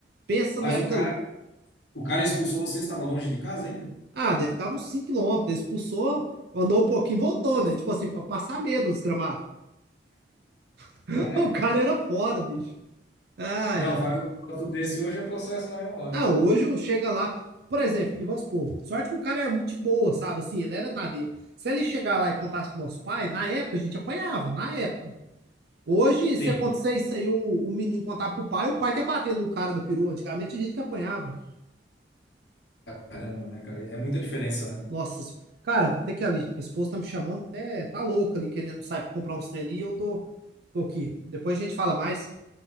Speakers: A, on the right (about 60°); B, on the left (about 70°).
A: Pensa
B: Mas
A: na época.
B: o cara, O cara expulsou você, você estava longe de casa ainda?
A: Ah, deve estar uns cinco quilômetros Ele expulsou, andou um pouquinho e voltou, né? Tipo assim, pra passar medo dos gramados. <laughs>
B: É,
A: o cara era foda, bicho. Ai,
B: Não,
A: ai.
B: faz um voto desse hoje é processo na mesma hora.
A: Não, hoje eu chega lá, por exemplo, e vamos supor, sorte que o cara era muito boa, sabe? Assim, ele era nadeiro. Se ele chegar lá e contasse pro nosso pai, na época a gente apanhava, na época. Hoje, se
B: sim.
A: acontecer isso aí, o, o menino contar pro pai, o pai quer bater no cara da perua. Antigamente a gente que apanhava.
B: Caramba, né, cara? É muita diferença, né?
A: Nossa, cara, vou ter que ir ali. Minha esposa tá me chamando, até tá louca ali, querendo sair pra comprar uns trem ali, e eu tô, tô aqui. Depois a gente fala mais.